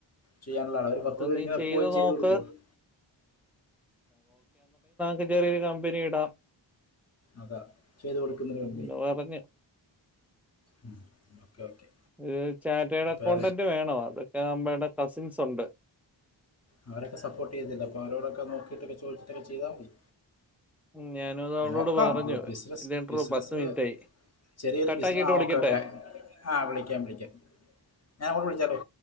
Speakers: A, on the left; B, in the centre.
A: ചെയ്യാനുള്ള ആളുകൾ. ഒര്
B: അപ്പൊ
A: പത്ത് പേരിങ്ങനെ
B: നീ
A: എപ്പോഴും ചെയ്ത്
B: നോക്ക്.
A: കൊടുക്കോല്ലോ
B: ചെറ്യൊരു കമ്പനി ഇടാം
A: അതാ ചെയ്ത് കൊടുക്കുന്നൊര് കമ്പനി
B: എന്ന് പറഞ്ഞു.
A: ആഹ് ഓക്കെ ഓക്കെ
B: ഏഹ് ചാറ്റേഡ്
A: അപ്പോൾ
B: അക്കൗണ്ടന്റ് വേണോ അതൊക്കെ നമ്മൾടെ കസിൻസുണ്ട്.
A: അവരൊക്കെ സപ്പോർട്ട് ചെയ്യത്തില്ലെ അപ്പോ അവരോടൊക്കെ നോക്കിട്ടൊക്കെ ചോയ്ച്ചിട്ടൊക്കെ ചെയ്താ മതി.
B: ഉം. ഞാനും അത് അവളോട്
A: നോക്കാം.
B: പറഞ്ഞു.
A: ഒര് ബിസ്
B: ഇത് ഇൻട്രോ
A: ബിസിനസ്
B: പത്ത് മിനിറ്റായി.
A: ല് ചെറിയൊരു
B: കട്ടാക്കിയിട്ട്
A: ബിസിനസ് ആഹ്
B: വിളിക്കട്ടെ?
A: ഓക്കെ ഓക്കെ ആഹ് വിളിക്കാം വിളിക്കാം ഞാൻ അങ്ങോട്ട് വിളിച്ചാലോ